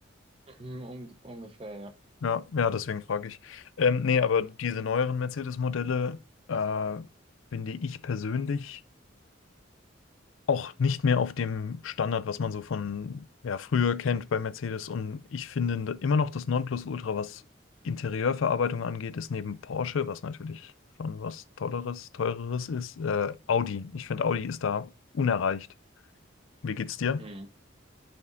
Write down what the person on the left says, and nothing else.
Ja, ja, deswegen frage ich. Ähm, nee, aber diese neueren Mercedes-Modelle äh, finde ich persönlich. auch nicht mehr auf dem Standard, was man so von ja, früher kennt bei Mercedes. Und ich finde immer noch das Nonplusultra, was Interieurverarbeitung angeht, ist neben Porsche, was natürlich schon was Tolleres, Teureres ist, äh, Audi. Ich finde, Audi ist da unerreicht. Wie geht's dir?